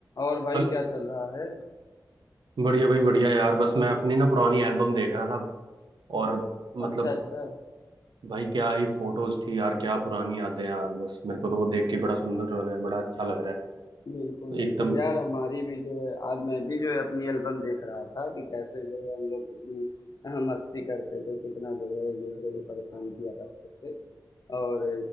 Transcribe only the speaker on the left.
और भाई
क्या चल रहा है
अच्छा अच्छा
बिल्कुल
बिल्कुल
यार हमारी भी जो है आज मैं भी जो है अपनी एल्बम देख रहा था कि कैसे जो है हम लोग कितनी अह, मस्ती करते थे कितना जो है एक दूसरे को परेशान किया करते थे और